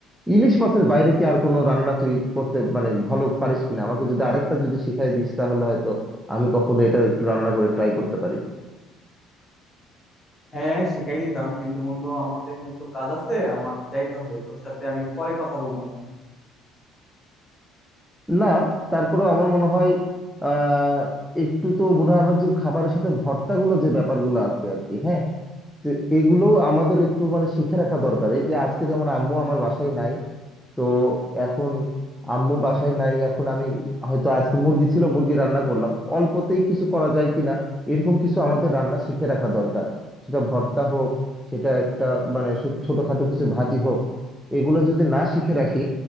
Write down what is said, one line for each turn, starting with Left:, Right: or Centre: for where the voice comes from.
Centre: ইলিশ মাছের বাইরে কি আর কোনো রান্না তুই করতে মানে ভালো পারিস কিনা আমাকে যদি আরেকটা যদি শিখাই দিস তাহলে হয়তো আমি কখনো এটাও একটু রান্না করে ট্রাই করতে পারি
Left: হ্যাঁ শিখাই দিতাম কিন্তু বন্ধু আমার তো এখন একটু কাজ আছে আমার যাইতে হবে তোর সাথে আমি পরে কথা বলবো নি।
Centre: না তারপরেও আমার মনে হয় আহ একটু তো মনে হয় আমার যে খাবারের সাথে ভর্তাগুলো যে ব্যাপারগুলো আছে আর কি হ্যাঁ তো এগুলো আমাদের একটু মানে শিখে রাখা দরকার এই যে আজকে যেমন আম্মু আমার বাসায় নাই তো এখন আম্মু বাসায় নাই এখন আমি হয়তো আজকে মুরগি ছিল মুরগি রান্না করলাম অল্পতেই কিছু করা যায় কিনা এরকম কিছু আমাদের রান্না শিখে রাখা দরকার সেটা ভর্তা হোক সেটা একটা মানে ছো- ছোটখাটো কিছু ভাজি হোক এগুলো যদি না শিখে রাখি